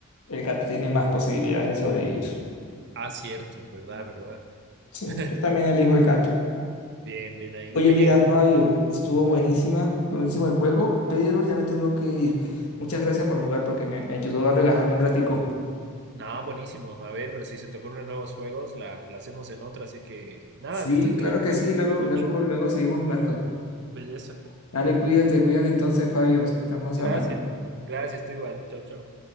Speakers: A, on the left (about 70°); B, on the right (about 50°).
A: el gato tiene más posibilidades de sobrevivir.
B: Ah, cierto, verdad, verdad.
A: Sí,
B: <laughs>
A: yo también elijo el gato.
B: Bien, bien ahí.
A: Oye,
B: Oye,
A: mira, Fabio, estuvo
B: buenas.
A: buenísima, buenísimo el juego, pero ya me tengo que ir. Muchas gracias por jugar porque me, me ayudó a relajarme un ratico.
B: Nada, buenísimo. A ver, si se te ocurren nuevos juegos, la, la hacemos en otra. Así que, nada,
A: Sí,
B: que estés
A: claro
B: bien,
A: que
B: pues
A: sí.
B: cuídate
A: Luego,
B: mucho.
A: luego, luego seguimos jugando.
B: Belleza.
A: Dale, cuídate, cuídate entonces, Fabio. Estamos
B: Gracias.
A: hablando.
B: Gracias, tú igual. Chao, chao.